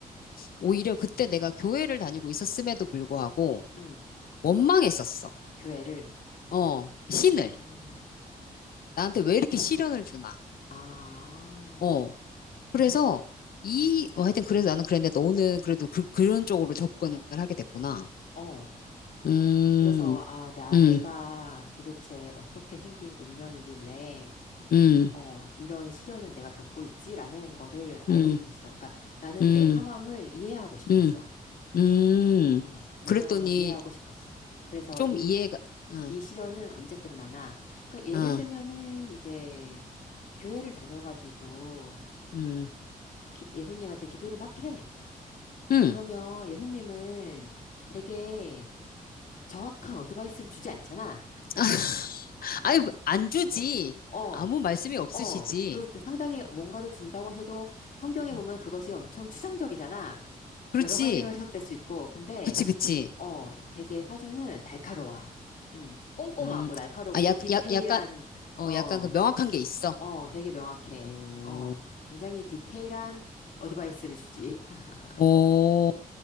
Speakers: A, on the left; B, on the left.
A: 오히려 그때 내가 교회를 다니고 있었음에도 불구하고
B: 음,
A: 원망했었어.
B: 교회를,
A: 어,
B: 음,
A: 신을. 나한테 왜 이렇게 시련을 주나.
B: 아,
A: 어. 그래서 이, 어, 하여튼 그래서 나는 그랬는데 너는 그래도 그, 그런 쪽으로 접근을 하게 됐구나.
B: 어,
A: 음,
B: 그래서, 아, 나,
A: 음,
B: 내가 도대체 어떻게 생긴 운명이길래,
A: 음,
B: 어, 이런 시련을 내가 겪고 있지라는 거를 알고
A: 음,
B: 싶었어. 그러니까 나는
A: 음,
B: 내 상황을 이해하고 싶었어.
A: 음, 음.
B: 어, 내
A: 그랬더니
B: 상황을 이해하고 싶었어. 그래서
A: 좀
B: 이,
A: 이해가, 응,
B: 이 시련은 언제 끝나나. 그러니까 예를
A: 응,
B: 들면은 이제 교회를 다녀가지고
A: 음,
B: 기- 예수님한테 기도를 막 해.
A: 음.
B: 그러면 예수님은 되게 정확한 어드바이스를 주지 않잖아.
A: <laughs> 아니, 안 주지.
B: 어.
A: 아무 말씀이 없으시지.
B: 어, 그리고 상당히 뭔가를 준다고 하셔도 성경에
A: 음,
B: 보면 그것이 엄청 추상적이잖아.
A: 그렇지.
B: 여러 가지로 해석될 수 있고. 근데,
A: 그렇지그지
B: 어, 되게 사주는 날카로워. 음, 꼼꼼하고
A: 음,
B: 날카롭고
A: 아, 약,
B: 디테일한,
A: 약, 약간, 어,
B: 어,
A: 약간 그 명확한 게 있어.
B: 어, 되게 명확해.
A: 어.
B: 어, 굉장히 디테일한 어드바이스를 주지. <laughs>
A: 어, 어,